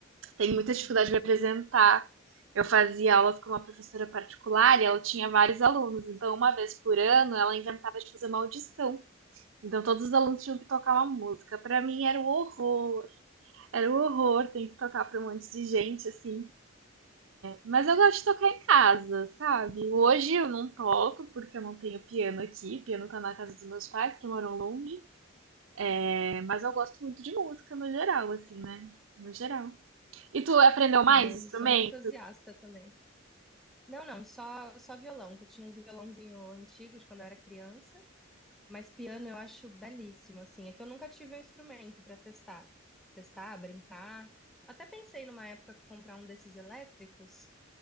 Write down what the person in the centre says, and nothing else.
Uhum.
Ah,
eu
sou uma entusiasta também. Não, não, só, só violão, que eu tinha um violãozinho antigo de quando eu era criança, mas piano eu acho belíssimo, assim. É que eu nunca tive um instrumento para testar, testar, brincar. Até pensei numa época comprar um desses elétricos,